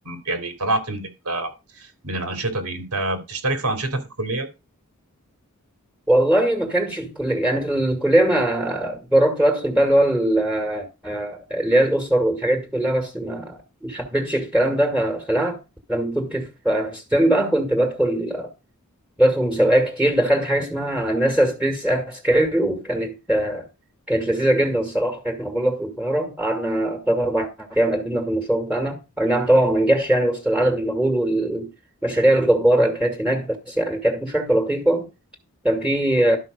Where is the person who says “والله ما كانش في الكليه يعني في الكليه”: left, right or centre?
Centre